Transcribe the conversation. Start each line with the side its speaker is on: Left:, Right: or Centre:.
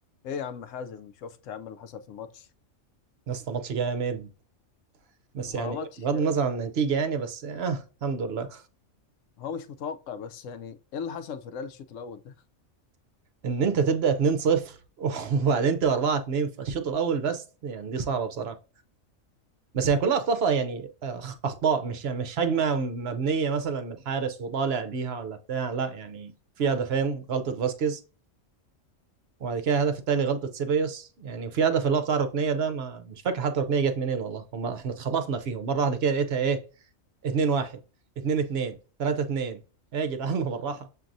Left: ايه يا عم حازم شفت يا عم اللي حصل في الماتش
Right: يا اسطى ماتش جامد بس
Left: هو
Right: يعني
Left: ماتش
Right: بغض النظر عن النتيجه يعني بس اه الحمد لله
Left: هو مش متوقع بس يعني ايه اللي حصل في الريال الشوط الاول ده
Right: ان انت تبدا 2-0 <laughs> وبعدين تبقى 4-2 في الشوط الاول بس يعني دي صعبه بصراحه بس يعني كلها اخطاء يعني آه، أخ- اخطاء مش يعني مش هجمه مبنيه مثلا من الحارس وطالع بيها ولا بتاع لا يعني في هدفين غلطه فاسكيز وبعد كده الهدف التالي غلطه سيبايوس يعني وفي هدف اللي هو بتاع الركنيه ده ما مش فاكر حتى الركنيه جت منين والله هم احنا اتخطفنا فيهم مره واحده كده لقيتها ايه 2-1 2-2 3-2 ايه يا جدعان <laughs> بالراحه